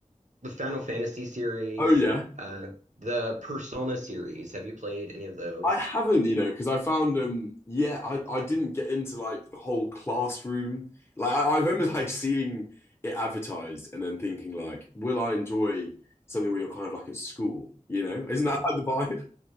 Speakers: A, on the right; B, on the left.
A: the Final Fantasy series,
B: Oh yeah.
A: uh, the Persona series. Have you played any of those?
B: I haven't, you know, because I found um yeah, I, I didn't get into like the whole classroom. Like I, I remember like seeing it advertised and then thinking like, will I enjoy something where you're kind of like at school, you know? Isn't that like the vibe?